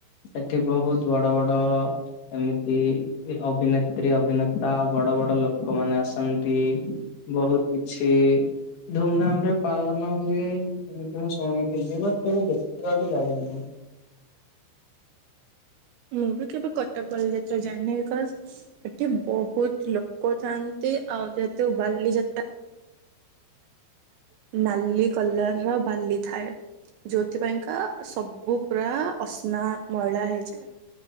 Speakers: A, on the left (about 65°); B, on the right (about 80°).
A: ସେଠି ବହୁତ ବଡ ବଡ ଏମିତି ଅଭିନେତ୍ରୀ ଅଭିନେତା ଆଉ ବଡ ବଡ ଲୋ ଲୋକମାନେ ଆସନ୍ତି ବହୁତ କିଛି ଧୁମଧାମ ରେ ପାଳନ ହୁଏ ଏମିତି ମୁଁ ଶୁଣିଥିଲି ବଟ ତାକୁ ଦେଖିବା କୁ ଯାଇନି।
B: ମୁଁ ବି କେବେ କଟକ ବାଲିଯାତ୍ରା ଜାଇିନି ବିକଚ। ସେଠି ବହୁତ ଲୋକ ଥାନ୍ତି ଆଉ ଯେହେତୁ ବାଲିଯାତ୍ର ନାଲି କଲର ର ବାଲି ଥାଏ। ଯେଉଁଥିପାଇକା ସବୁ ପୁରା ଅସ୍ନା ମଇଳା ହେଇଯାଏ।